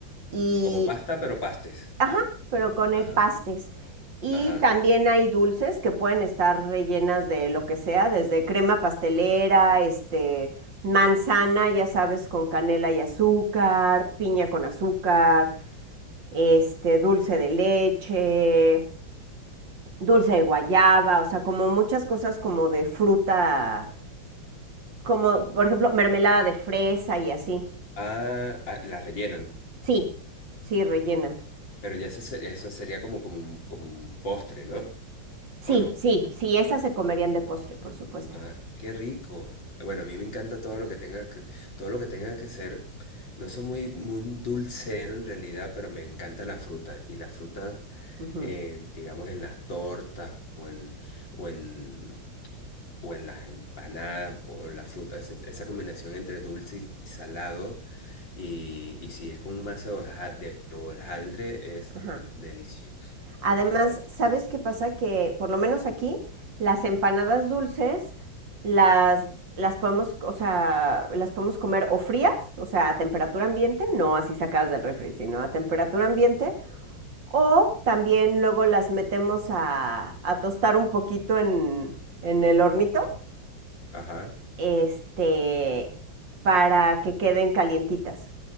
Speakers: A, on the right; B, on the left.
A: Y
B: Como pasta, pero pastes.
A: Ajá, pero con eh,
B: Ajá,
A: pastes. Y
B: ajá.
A: también hay dulces que pueden estar rellenas de lo que sea, desde crema pastelera, este, manzana, ya sabes, con canela y azúcar, piña con azúcar, este, dulce de leche, dulce de guayaba, o sea, como muchas cosas como de fruta, como por ejemplo mermelada de fresa y así.
B: Ah, ah, la rellenan.
A: Sí, sí, rellenas.
B: Pero ya eso, se- eso sería como, como un, como un postre, ¿no?
A: Sí,
B: ¿O no?
A: sí, sí, esas se comerían de postre, por supuesto.
B: Ah, qué rico. Bueno, a mí me encanta todo lo que tenga que, todo lo que tenga que ser. No soy muy, muy dulcero en realidad, pero me encanta la fruta. Y las frutas,
A: Ujú,
B: eh, digamos, en las tortas o en, o en, o en las empanadas o en la fruta, esa, esa combinación entre dulce y salado. Y, y si es con un mazo de hoja- de hojaldre, es
A: ajá.
B: delicioso. Debería
A: Además,
B: ser.
A: ¿sabes qué pasa? Que por lo menos aquí las empanadas dulces las, las podemos, o sea, las podemos comer o frías, o sea, a temperatura ambiente, no así sacadas del refri,
B: Ujú.
A: sino a temperatura ambiente, o también luego las metemos a, a tostar un poquito en, en el hornito,
B: Ajá.
A: este, para que queden calientitas,